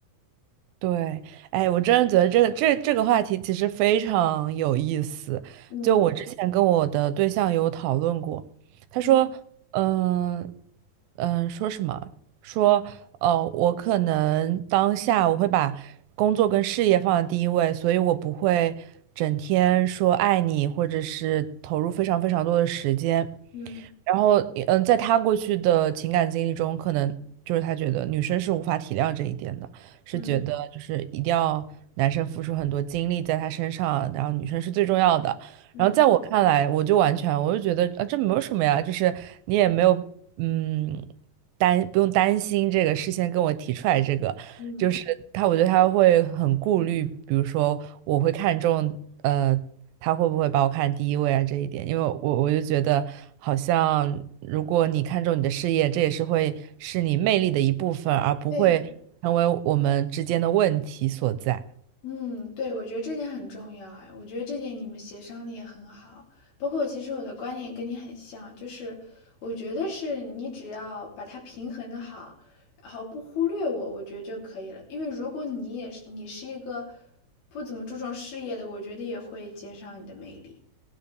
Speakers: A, on the right (about 80°); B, on the left (about 85°).
A: 对，哎，我真的觉得这个这这个话题其实非常有意思。
B: 嗯
A: 就我之前跟我的对象有讨论过，他说，
B: 嗯
A: 嗯嗯，说什么？说，哦，我可能当下我会把工作跟事业放在第一位，所以我不会整天说爱你，或者是投入非常非常多的时间。
B: 嗯
A: 然后，嗯，在他过去的情感经历中，可能就是他觉得女生是无法体谅这一点的。是觉得就是一定要男生付出很多精力在他身上，
B: 嗯
A: 然后女生是最重要的。
B: 嗯
A: 然后在我看来，我就完全我就觉得啊，这没有什么呀，就是你也没有嗯担不用担心这个，事先跟我提出来这个，
B: 嗯
A: 就是他，我觉得他会很顾虑，比如说我会看重呃他会不会把我看第一位啊这一点，
B: 嗯，
A: 因为我我就觉得好像如果你看重你的事业，这也是会是你魅力的一部分，而不会成为我们之间的问题所在。
B: 对。嗯，对，我觉得这点很重要哎，我觉得这点你们协商的也很好。包括其实我的观点跟你很像，就是我觉得是你只要把它平衡的好，然后不忽略我，我觉得就可以了。因为如果你也是你是一个不怎么注重事业的，我觉得也会减少你的魅力。